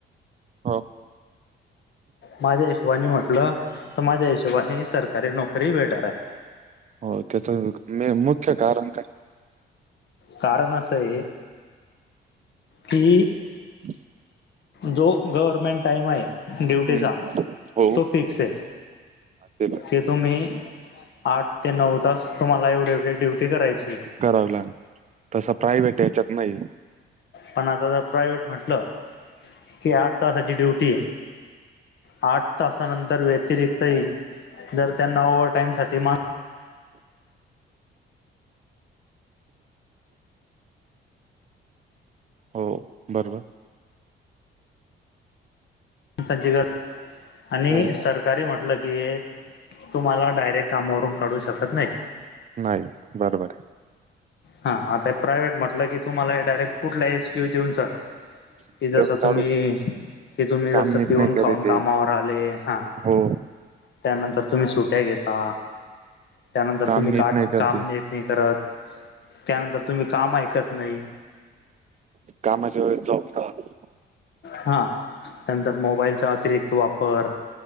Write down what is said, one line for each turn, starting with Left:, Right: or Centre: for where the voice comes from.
Right: हो.
Left: माझ्या हिशोबानी म्हटलं तर माझ्या हिशोबाने सरकारी नोकरी बेटर आहे.
Right: होय मे त्याच मुख्य कारण काय?
Left: कारण असं आहे की
Right: हम्
Left: जो गव्हर्मेंट टाईम आहे ड्युटीचा
Right: हम्म हो
Left: तो फिक्स हे.
Right: ते पण
Left: की तुम्ही आठ ते नऊ तास तुम्हाला एवढेवढे ड्युटी करायचीये.
Right: कराव लागणं तसं प्रायव्हेट याच्यात नाहीये.
Left: पण आता जर प्रायव्हेट म्हटलं, की आठ तासाची ड्युटी आहे. आठ तासानंतर व्यतिरिक्तही जर त्यांना ओवर टाईमसाठी मान
Right: हो बरोबर.
Left: तुमचा जीआर आणि
Right: हम्म
Left: सरकारी म्हटलं की हे तुम्हाला डायरेक्ट कामावरून काढू शकत नाहीत.
Right: नाही बरोबर.
Left: हा आता प्रायव्हेट म्हटलं की, तुम्हाला डायरेक्ट कुठला एसक्यू देऊन जा की
Right: आहे
Left: जसं
Right: देऊन काढू
Left: तुम्ही
Right: श-
Left: कि तुम्ही
Right: काम
Left: जस
Right: नीट
Left: पिऊन
Right: नाही करे
Left: खाऊन कामावर
Right: ते
Left: आले, हा.
Right: हो
Left: त्यानंतर तुम्ही सुट्या घेता, त्यानंतर
Right: काम
Left: तुम्ही
Right: नीट
Left: काट
Right: नाही करते
Left: काम नि ती करा त्यानंतर तुम्ही काम ऐकत नाही.
Right: कामाच्या वेळेस झोपतो आम्ही.
Left: हा त्यांनतर मोबाईलचा अतिरिक्त वापर.